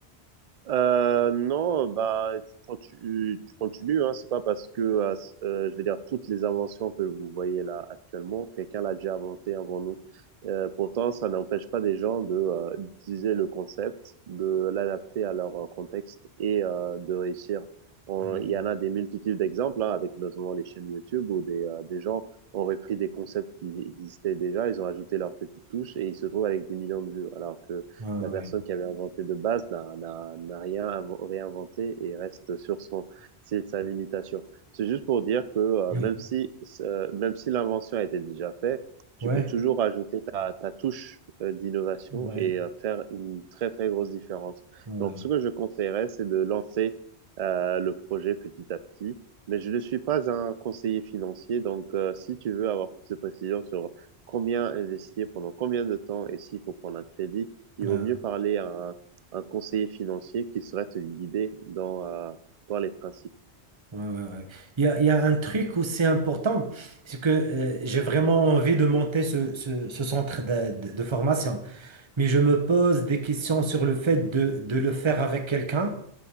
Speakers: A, on the right (about 60°); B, on the right (about 30°).
A: Euh, non, bah, tu, contu- tu continues, hein. C'est pas parce que, euh, s- euh, je vais dire, toutes les inventions que vous voyez là actuellement, quelqu'un l'a déjà inventé avant nous. Euh, pourtant, ça n'empêche pas des gens de, euh, d'utiliser le concept, de l'adapter à leur euh, contexte et euh, de réussir. On-
B: Ouais.
A: Il y en a des multitudes d'exemples, hein, avec notamment les chaînes YouTube où des, euh, des gens ont repris des concepts qui existaient déjà, ils ont ajouté leur petite touche et ils se trouvent avec des millions de vues. Alors que
B: Ah
A: la personne
B: oui.
A: qui avait inventé de base n'a- n'a n'a rien invo- réinventé et reste sur son, c'est sa limitation. C'est juste pour dire que euh,
B: Oui,
A: même si, euh, même si l'invention a été déjà faite, tu
B: ouais,
A: peux toujours ajouter ta, ta touche euh, d'innovation
B: ouais,
A: et euh, faire une très très grosse différence.
B: ouais.
A: Donc ce que je conseillerais, c'est de lancer euh, le projet petit à petit. Mais je ne suis pas un conseiller financier, donc euh, si tu veux avoir plus de précisions sur combien investir, pendant combien de temps et s'il faut prendre un crédit, il
B: Euh,
A: vaut mieux parler à un, un conseiller financier qui saurait te guider dans, euh, dans les principes.
B: ouais, ouais, ouais. Il y a, il y a un truc aussi important, c'est que euh, j'ai vraiment envie de monter ce, ce- ce centre de, de- de formation, mais je me pose des questions sur le fait de, de le faire avec quelqu'un.